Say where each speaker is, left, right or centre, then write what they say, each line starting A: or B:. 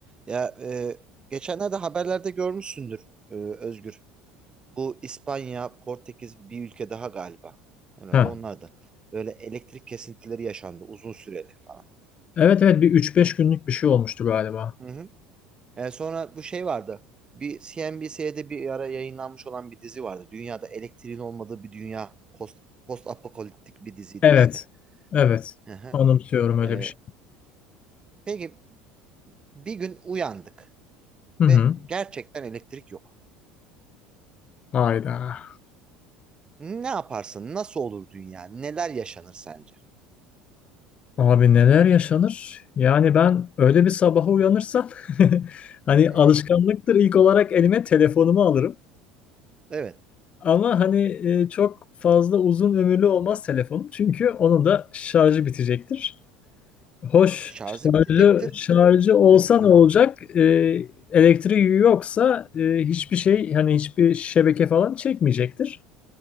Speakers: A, on the right; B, on the left.
A: Ya e, geçenlerde haberlerde görmüşsündür e, Özgür. Bu İspanya, Portekiz bir ülke daha galiba. Herhalde
B: Ha.
A: onlar da. Böyle elektrik kesintileri yaşandı uzun süreli falan.
B: Evet evet bir üç beş günlük bir şey olmuştu galiba.
A: Hı hı. E, sonra bu şey vardı. Bir CNBC'de bir ara yayınlanmış olan bir dizi vardı. Dünyada elektriğin olmadığı bir dünya. Post, post apokaliptik bir diziydi
B: Evet.
A: işte.
B: Evet.
A: Hı hı.
B: Anımsıyorum öyle
A: E,
B: bir şey.
A: peki bir gün uyandık
B: Hı
A: ve
B: hı.
A: gerçekten elektrik yok.
B: Hayda.
A: Ne yaparsın? Nasıl olur dünya? Neler yaşanır sence?
B: Abi neler yaşanır? Yani ben öyle bir sabaha uyanırsam <laughs> hani
A: Hı
B: alışkanlıktır
A: hı.
B: ilk olarak elime telefonumu alırım.
A: Evet.
B: Ama hani e, çok fazla uzun ömürlü olmaz telefonum. Çünkü onun da şarjı bitecektir. Hoş
A: E, şarjı
B: şarjı
A: bitecektir.
B: şarjı olsa
A: Evet.
B: ne olacak? Ee, elektriği yoksa e, hiçbir şey hani hiçbir şebeke falan çekmeyecektir.